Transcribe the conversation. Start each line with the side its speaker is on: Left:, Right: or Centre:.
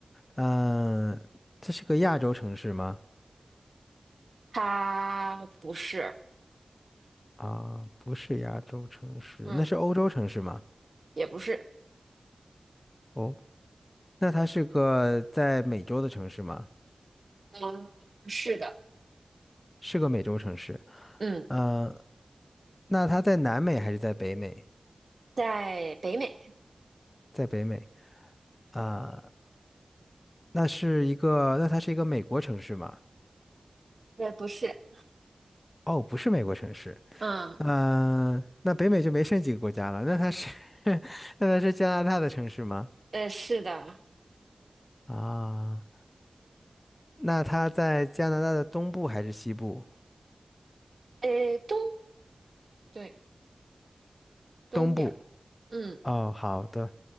Left: 嗯，这是个亚洲城市吗？
Right: 它不是，
Left: 啊，不是亚洲城市，
Right: 嗯，
Left: 那是欧洲城市吗？
Right: 也不是，
Left: 哦。那它是个在美洲的城市吗？
Right: 嗯，是的，
Left: 是个美洲城市。
Right: 嗯，
Left: 呃，那它在南美还是在北美？
Right: 在北美，
Left: 在北美。啊、那是一个，那它是一个美国城市吗？
Right: 对，不是。
Left: 哦，不是美国城市。
Right: 嗯，
Left: 嗯、那北美就没剩几个国家了。那它是，<laughs> 那它是加拿大的城市吗？
Right: 呃，是的，
Left: 啊，那它在加拿大的东部还是西部？
Right: 呃，东，对，东边儿，
Left: 东部。
Right: 嗯，
Left: 哦，好的。